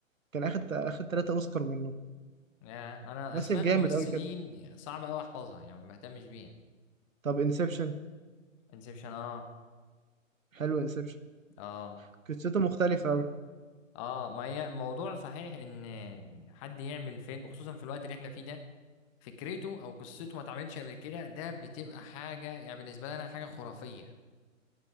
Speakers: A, on the right (about 75°); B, on the left (about 25°).
A: كان أخد أخد تلاتة أوسكار منه
B: يا انا
A: ممثل
B: اسماء الممثلين
A: جامد أوي كده
B: صعب قوي احفظها يعني ما بهتمش بيها
A: طب انسبشن
B: انسبشن اه
A: حلو انسبشن
B: اه
A: قصته مختلفة أوي
B: اه ما هي موضوع صحيح ان حد يعمل فيلم خصوصا في الوقت اللي احنا فيه ده فكرته او قصته ما اتعملتش قبل كده ده بتبقى حاجه يعني بالنسبه لنا حاجه خرافيه